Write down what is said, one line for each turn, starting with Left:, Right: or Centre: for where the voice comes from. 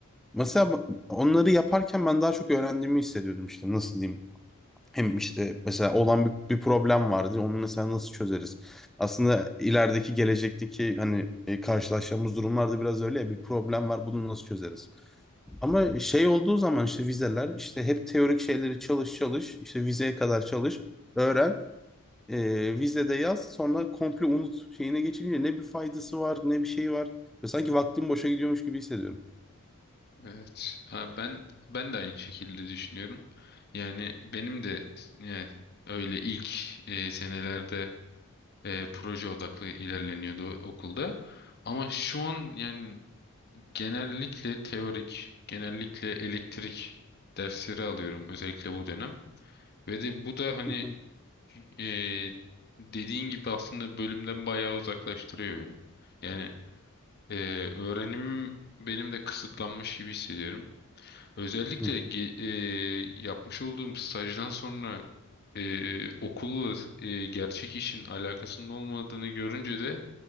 Centre: Mesela onları yaparken ben daha çok öğrendiğimi hissediyordum işte nasıl diyeyim. Hem işte mesela olan bir, bir problem vardı. Onu mesela nasıl çözeriz? Aslında ilerideki gelecekteki hani e, karşılaşacağımız durumlarda biraz öyle ya bir problem var bunu nasıl çözeriz? Ama şey olduğu zaman işte vizeler işte hep teorik şeyleri çalış çalış işte vizeye kadar çalış öğren e, vizede yaz sonra komple unut şeyine geçince ne bir faydası var ne bir şey var. Ve sanki vaktim boşa gidiyormuş gibi hissediyorum.
Left: Evet. Ha, ben ben de aynı şekilde düşünüyorum. Yani benim de yani öyle ilk e, senelerde e, proje odaklı ilerleniyordu okulda. Ama şu an yani genellikle teorik, genellikle elektrik dersleri alıyorum özellikle bu dönem. Ve de bu da hani
Centre: Hı hı.
Left: Ee, dediğin gibi aslında bölümden bayağı uzaklaştırıyor beni. Yani e, öğrenimim benim de kısıtlanmış gibi hissediyorum. Özellikle
Centre: Hı
Left: ge- e, yapmış olduğum stajdan sonra e, okulla e, gerçek işin alakasının olmadığını görünce de